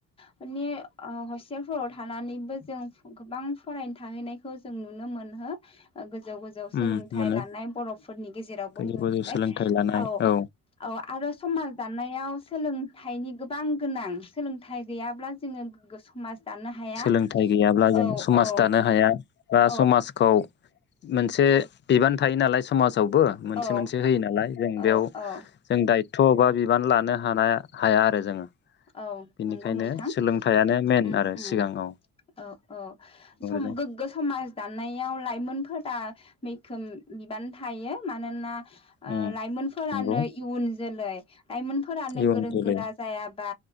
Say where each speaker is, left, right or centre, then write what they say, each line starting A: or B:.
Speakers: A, on the left; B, on the left.
A: माने ओ हस्टेलफोराव थानानैबो जों गोबां फरायनो थाहैनायखौ जों नुनो मोनहो गो गोजौ गोजौ सोलोंथाइ
B: उम मोनो
A: लानाय बरफोरनि गेजेरावबो
B: गोजौ
A: मोनबाय
B: गोजौ सोलोंथाइ लानाय
A: औ-औ
B: औ
A: आरो समाज दानायाव सोलोंथाइनि गोबां गोनां सोलोंथाइ गैयाब्ला जोङो। गोग्गो समाज दानो हाया
B: सोलोंथाइ गैयाब्ला
A: औ
B: जों समाज
A: औ
B: दानो हाया बा
A: औ
B: समाजखौ मोनसे बिबान थायो नालाय स समाजावबो मोनसे
A: औ
B: मोनसे होयो। नालाय जों
A: औ
B: बेयाव
A: औ
B: जों दायथ बा बि बिबान लानो हानाय हाया आरो जोङो
A: औ
B: बेनिखायनो
A: नंगौ नोंथां
B: सोलोंथाइयानो मेन
A: उम
B: आरो
A: उम
B: सिगाङाव
A: औ - औ सम
B: जों
A: गोग्गो समाज दाननायाव लाइमोन फोरा मैखोम बिबान थायो मानोना
B: उम
A: लाइमोनफोरानो
B: नंगौ
A: इयुन जोलै लाइमोनफोरा नों
B: इयुन
A: गोरों
B: जोलै
A: गोरा जाया बा